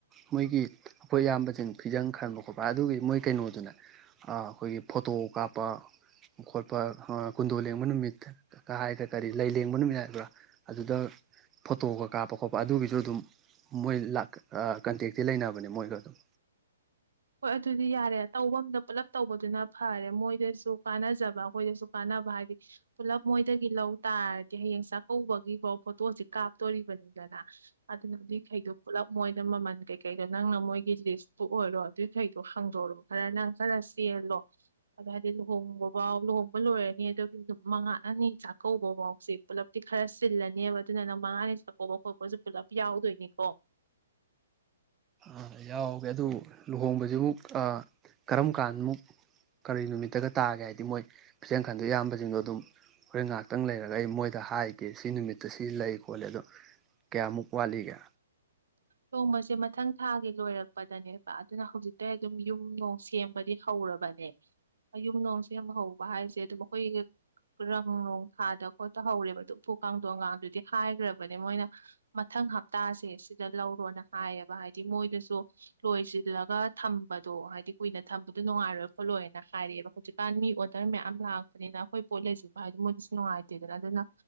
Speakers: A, on the right; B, on the right.
A: ꯃꯣꯏꯒꯤ ꯑꯩꯈꯣꯏ ꯑꯌꯥꯝꯕꯁꯤꯡ ꯐꯤꯖꯪ ꯈꯟꯕ ꯈꯣꯠꯄ ꯑꯗꯨꯒꯤ ꯃꯣꯏ ꯀꯩꯅꯣꯗꯨꯅꯦ ꯑꯩꯈꯣꯏꯒꯤ ꯐꯣꯇꯣ ꯀꯥꯞꯄ ꯈꯣꯠꯄ ꯀꯨꯟꯗꯣ ꯂꯦꯡꯕ ꯅꯨꯃꯤꯠ ꯀ ꯍꯥꯏꯒ ꯀꯔꯤ ꯂꯩ ꯂꯦꯡꯕ ꯅꯨꯃꯤꯠ ꯍꯥꯏꯕ꯭ꯔꯥ ꯑꯗꯨꯗ ꯐꯣꯇꯣꯒ ꯀꯥꯞꯄ ꯂꯄ ꯈꯣꯠꯄ ꯑꯗꯨꯒꯤꯁꯨ ꯑꯗꯨꯝ ꯃꯣꯏ ꯀꯟꯇꯦꯛꯇꯤ ꯂꯩꯅꯕꯅꯦ ꯃꯣꯏꯒ ꯑꯗꯨꯝ
B: ꯍꯣꯏ ꯑꯗꯨꯗꯤ ꯌꯥꯔꯦ ꯇꯧꯕ ꯑꯗ ꯄꯨꯜꯂꯞ ꯇꯧꯕꯗꯨꯅ ꯐꯔꯦ ꯃꯣꯏꯗꯁꯨ ꯀꯥꯟꯅꯖꯕ ꯑꯩꯈꯣꯏꯗꯁꯨ ꯀꯥꯟꯅꯕ ꯍꯥꯏꯗꯤ ꯄꯨꯜꯂꯞ ꯃꯣꯏꯗꯒꯤ ꯂꯧ ꯇꯥꯔꯗꯤ ꯍꯌꯦꯡ ꯆꯥꯛꯀꯧꯕꯒꯤꯐꯥꯎ ꯐꯣꯇꯣꯁꯤ ꯀꯥꯞꯇꯣꯔꯤꯕꯅꯤꯗꯅ ꯑꯗꯨꯅ ꯑꯗꯨꯏꯈꯩꯗꯣ ꯄꯨꯜꯂꯞ ꯃꯣꯏꯅ ꯃꯃꯜ ꯀꯩꯀꯩꯗꯣ ꯅꯪꯅ ꯃꯣꯏꯒꯤ ꯂꯤꯁꯇꯨ ꯑꯣꯏꯔꯣ ꯑꯗꯨꯏ ꯀꯩꯗꯣ ꯍꯥꯡꯗꯣꯔꯛꯣ ꯈꯔ ꯅꯪ ꯈꯔ ꯆꯦꯜꯂꯣ ꯑꯗꯨ ꯍꯥꯏꯗꯤ ꯂꯨꯍꯣꯡꯕꯐꯥꯎ ꯂꯨꯍꯣꯡꯕ ꯂꯣꯏꯔꯅꯤ ꯑꯗꯨꯒꯤ ꯑꯗꯨꯝ ꯃꯉꯥ ꯑꯅꯤ ꯆꯥꯛꯀꯧꯕꯐꯥꯎꯁꯦ ꯄꯨꯜꯂꯞꯇꯤ ꯈꯔ ꯁꯤꯜꯂꯅꯦꯕ ꯑꯗꯨꯅ ꯅꯪ ꯃꯉꯥ ꯑꯅꯤ ꯆꯥꯛꯀꯧꯕ ꯈꯣꯠꯄꯁꯨ ꯄꯨꯂꯞ ꯌꯥꯎꯗꯣꯏꯅꯤꯀꯣ
A: ꯑ ꯌꯥꯎꯒꯦ ꯑꯗꯨ ꯂꯨꯍꯣꯡꯕꯁꯤꯃꯨꯛ ꯀꯔꯝ ꯀꯥꯟꯃꯨꯛ ꯀꯔꯤ ꯅꯨꯃꯤꯠꯇꯒ ꯇꯥꯒꯦ ꯍꯥꯏꯕꯗꯤ ꯃꯣꯏ ꯐꯤꯖꯦꯟ ꯀꯥꯟꯗꯣ ꯏꯌꯥꯝꯕꯁꯤꯡꯗꯣ ꯑꯗꯨꯝ ꯍꯣꯔꯦꯟ ꯉꯥꯏꯍꯥꯛꯇꯪ ꯂꯩꯔꯒ ꯑꯩ ꯃꯣꯏꯗ ꯍꯥꯏꯒꯦ ꯁꯤ ꯅꯨꯃꯤꯠꯇ ꯁꯤ ꯂꯩ ꯈꯣꯠꯂ ꯑꯗꯣ ꯀꯌꯥꯃꯨꯛ ꯋꯥꯠꯂꯤꯒꯦ
B: ꯅꯣꯡꯃꯁꯦ ꯃꯊꯪ ꯊꯥꯒꯤ ꯂꯣꯏꯔꯛꯄꯗꯅꯦꯕ ꯑꯗꯨꯅ ꯍꯧꯖꯤꯛꯇꯇꯩ ꯑꯗꯨꯝ ꯌꯨꯝ ꯅꯣꯡ ꯁꯦꯝꯕꯗꯤ ꯍꯧꯔꯕꯅꯦ ꯌꯨꯝ ꯅꯣꯡ ꯁꯦꯝꯕ ꯍꯧꯕ ꯍꯥꯏꯁꯦ ꯑꯗꯨꯝ ꯑꯩꯈꯣꯏ ꯔꯪ ꯅꯣꯡ ꯊꯥꯗ ꯈꯣꯠꯇ ꯍꯧꯔꯦꯕ ꯑꯗꯨ ꯎꯝꯐꯨ ꯀꯥꯡꯊꯣꯡꯒꯗꯨꯗꯤ ꯍꯥꯏꯈ꯭ꯔꯕꯅꯦ ꯃꯣꯏꯅ ꯃꯊꯪ ꯍꯞꯇꯥꯁꯦ ꯁꯤꯗ ꯂꯧꯔꯣꯅ ꯍꯥꯏꯌꯦꯕ ꯍꯥꯏꯗꯤ ꯃꯣꯏꯗꯁꯨ ꯂꯣꯏꯁꯤꯜꯂꯒ ꯊꯝꯕꯗꯣ ꯍꯥꯏꯗꯤ ꯀꯨꯏꯅ ꯊꯝꯕꯗꯣ ꯅꯨꯡꯉꯥꯏꯔꯣꯏ ꯈꯣꯠꯂꯣꯏꯅ ꯍꯥꯏꯔꯛꯑꯦꯕ ꯍꯧꯖꯤꯛꯀꯥꯟ ꯃꯤ ꯑꯣꯗꯔ ꯃꯌꯥꯝ ꯂꯥꯛꯄꯅꯤꯅ ꯑꯩꯈꯣꯏ ꯄꯣꯠ ꯂꯩꯁꯤꯟꯕ ꯍꯥꯏꯗꯤ ꯃꯣꯏꯗꯁꯨ ꯅꯨꯡꯉꯥꯏꯇꯦꯗꯅ ꯑꯗꯨꯅ